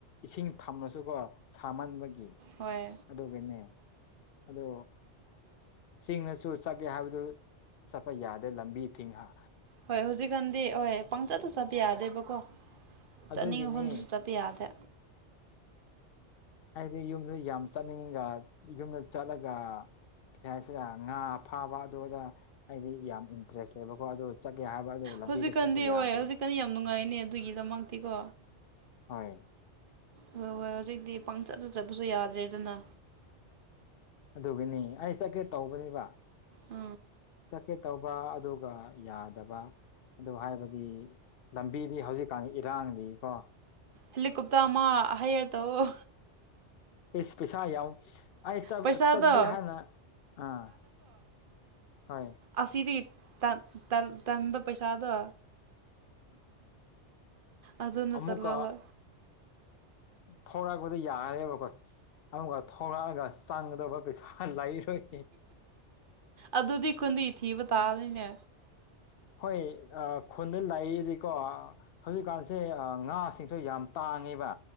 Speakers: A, on the left; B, on the right.
A: ꯏꯁꯤꯡ ꯊꯝꯔꯁꯨꯀꯣ ꯁꯥꯃꯟꯕꯒꯤ
B: ꯍꯣꯏ
A: ꯑꯗꯨꯒꯤꯅꯦ ꯑꯗꯣ ꯆꯤꯡꯗꯁꯨ ꯆꯠꯀꯦ ꯍꯥꯏꯕꯗꯨ ꯆꯠꯄ ꯌꯥꯗꯦ ꯂꯝꯕꯤ ꯊꯤꯡꯉꯤ ꯍꯥ
B: ꯍꯣꯏ ꯍꯧꯖꯤꯛꯀꯥꯟꯗꯤ ꯍ‌ꯣꯏ ꯄꯪꯆꯠꯇ ꯆꯠꯄ ꯌꯥꯗꯦꯕꯀꯣ
A: ꯑꯗꯨꯒꯤꯅꯤ
B: ꯆꯠꯅꯤꯡꯕ ꯃꯐꯝꯗꯁꯨ ꯆꯠꯄ ꯌꯥꯗꯦ
A: ꯑꯩꯗꯤ ꯌꯨꯝꯗ ꯌꯥꯝ ꯆꯠꯅꯤꯡꯉꯒ ꯌꯨꯝꯗ ꯆꯠꯂꯒ ꯀꯩ ꯍꯥꯏꯁꯤꯔ ꯉꯥ ꯐꯥꯕ ꯑꯗꯨ ꯑꯗꯥ ꯑꯩꯗꯤ ꯌꯥꯝ ꯏꯟꯇꯔꯦꯁ ꯂꯩꯕꯀꯣ ꯑꯗꯨ ꯆꯠꯀꯦ ꯍꯥꯏꯕ ꯑꯗꯨ ꯂꯝꯕꯤꯗ
B: ꯍꯧꯖꯤꯛꯀꯥꯟꯗꯤ
A: ꯆꯠꯄ ꯌꯥꯗꯦ
B: ꯍꯣꯏ ꯍꯧꯖꯤꯛꯀꯥꯟꯗꯤ ꯌꯥꯝ ꯅꯨꯡꯉꯥꯏꯅꯦ ꯑꯗꯨꯒꯤꯗꯃꯛꯇꯤꯀꯣ
A: ꯍ‌ꯣꯏ
B: ꯍ‌ꯣꯏ ꯍꯣꯏ ꯍꯧꯖꯤꯛꯇꯤ ꯄꯪꯆꯠꯇ ꯆꯠꯄꯁꯨ ꯌꯥꯗ꯭ꯔꯦꯗꯅ
A: ꯑꯗꯨꯒꯤꯅꯤ ꯑꯩ ꯆꯠꯀꯦ ꯇꯧꯕꯅꯤꯕ
B: ꯑ
A: ꯆꯠꯀꯦ ꯇꯧꯕ ꯑꯗꯨꯒ ꯌꯥꯗꯕ ꯑꯗꯨ ꯍꯥꯏꯕꯗꯤ ꯂꯝꯕꯤꯗꯤ ꯍꯧꯖꯤꯛꯀꯥꯟꯒꯤ ꯏꯔꯥꯡ ꯂꯩꯀꯣ
B: ꯍꯦꯂꯤꯀꯣꯞꯇ‍꯭ꯔ ꯑꯃ ꯍꯩꯌꯦ ꯇ‌ꯧꯋꯣ
A: ꯏꯁ ꯄꯩꯁꯥ ꯌꯥꯝ ꯑꯩ ꯆꯠ
B: ꯄꯩꯁꯥꯗꯣ
A: ꯆꯠꯀ‌ꯦ ꯍꯥꯏꯅ ꯑꯥ ꯍꯣꯏ
B: ꯑꯁꯤꯗꯤ ꯇꯟ ꯇꯟ ꯇꯟꯕ ꯄꯩꯁꯥꯗꯣ ꯑꯗꯨꯅ
A: ꯑꯃꯨꯛꯀꯥ
B: ꯆꯠꯂꯣꯕ
A: ꯊ‌ꯣꯔꯛꯄꯗꯨ ꯌꯥꯔꯅ‌ꯦꯕꯀꯣ ꯑꯃꯨꯛꯀ ꯊꯣꯔꯛꯑꯒ ꯆꯪꯒꯗꯕ ꯄꯩꯁꯥ ꯍꯥ <unintelligible>
B: ꯑꯗꯨꯗꯤ ꯀꯨꯟꯗꯤ ꯊꯤꯕ ꯇꯥꯕꯅꯤꯅꯦ
A: ꯍꯣꯏ ꯑꯥ ꯈꯨꯟꯗ ꯂꯩꯔꯗꯤꯀꯣ ꯍꯧꯖꯤꯛꯀꯥꯟꯁꯦ ꯉꯥ ꯁꯤꯡ ꯁꯨ ꯌꯥꯝ ꯇꯥꯡꯉꯦꯕ